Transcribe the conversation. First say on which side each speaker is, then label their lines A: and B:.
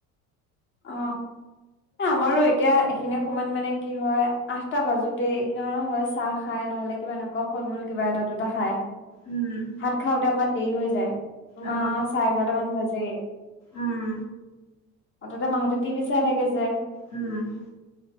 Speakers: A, on the left; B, on the left.
A: <inaudible>
B: অ এ আমাৰো এতিয়া, এইখিনি সময়ত মানে কি হয় আঠটা বাজোতে, এইখিনি মানে হয় চাহ খাই নহলে কিবা এনেকুৱা ফলূল কিবা এটা দুটা খায়
A: উম
B: ভাত খাওতে আমাৰ দেৰি হৈ যায় তোমাৰ
A: অ
B: চাৰে এঘাৰট মান বাজেই
A: উম
B: অতে মাহঁতে টিভি চাই থাকে যে
A: উম